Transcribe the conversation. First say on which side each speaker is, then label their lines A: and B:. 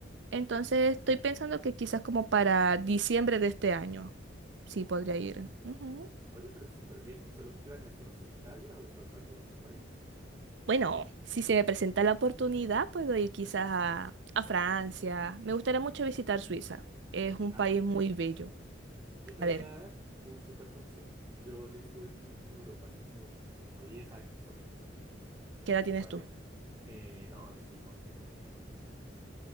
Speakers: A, on the right; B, on the right.
A: Entonces, estoy pensando que quizás como para diciembre de este año, sí
B: Oh,
A: podría ir. Ujú.
B: oye, pero súper bien. ¿Y solo planeas conocer Italia o de pronto algún otro país?
A: Bueno, si se me presenta la oportunidad, puedo ir quizás a, a Francia. Me gustaría mucho visitar Suiza. Es un
B: A
A: país
B: ver,
A: muy bello.
B: yo te
A: A
B: voy
A: ver,
B: a dar un súper consejo. Yo ya estuve en, en Europa hace como, uf, como 10 años, pone tú,
A: ¿qué edad tienes
B: ¿vale?
A: tú?
B: Eh, no, yo estoy jovencito, tengo 25.